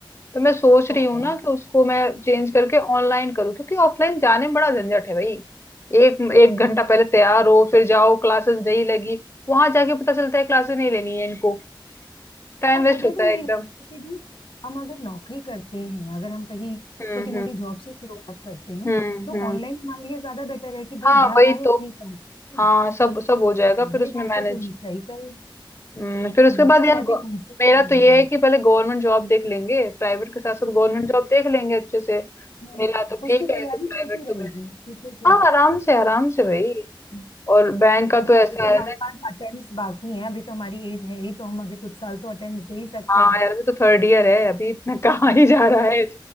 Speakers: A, on the left (about 30°); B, on the left (about 80°).
A: तो मैं सोच
B: ओहो,
A: रही हूँ ना कि उसको मैं चेंज करके ऑनलाइन करूँ क्योंकि ऑफलाइन जाने में बड़ा झंझट है भाई एक एक घंटा पहले तैयार हो फिर जाओ क्लासेस नहीं लगी वहां जाके पता चलता है क्लासेस नहीं लेनी है इनको टाइम
B: हाँ
A: वेस्ट
B: मुझे
A: होता
B: भी
A: है
B: यही
A: एकदम
B: लगता है कि भी हम अगर नौकरी करते हैं अगर हम कहीं
A: हम्म
B: छोटी मोटी
A: हम्म
B: जॉब से शुरुआत करते हैं
A: हम्म
B: तो
A: हम्म।
B: ऑनलाइन हमारे लिए ज्यादा बेटर है कि भाई
A: हाँ
B: घर
A: वही
B: आए
A: तो
B: अपनी काम से।
A: हाँ सब सब हो जाएगा फिर
B: ये
A: उसमें
B: बात
A: मैनेज
B: तो तुम सही कही
A: हम्म, फिर उसके
B: हम्म,
A: बाद
B: चल
A: यार
B: मैं
A: गो-
B: भी ढूंढती
A: मेरा
B: हूँ ऑनलाइन
A: तो ये है कि पहले गवर्नमेंट जॉब देख लेंगे प्राइवेट के साथ साथ गवर्नमेंट
B: हम्म,
A: जॉब देख लेंगे अच्छे से
B: हम्म,
A: मिला तो
B: उसकी
A: ठीक है
B: तैयारी
A: तो प्राइवेट
B: चलती
A: तो
B: रहेगी
A: बेस्ट
B: ठीक है ठीक
A: हाँ आराम से आराम से भाई
B: हम्म।
A: और बैंक का
B: देख
A: तो ऐसा
B: अभी तो
A: है
B: हमारे
A: ना कि
B: पास अटेम्प्ट्स बाकी हैं अभी तो हमारी एज है ही तो हम अभी कुछ साल तो अटेम्प्ट्स दे ही सकते
A: हाँ
B: हैं
A: यार अभी तो थर्ड ईयर है अभी इतना <laughs> कहाँ ही जा रहा है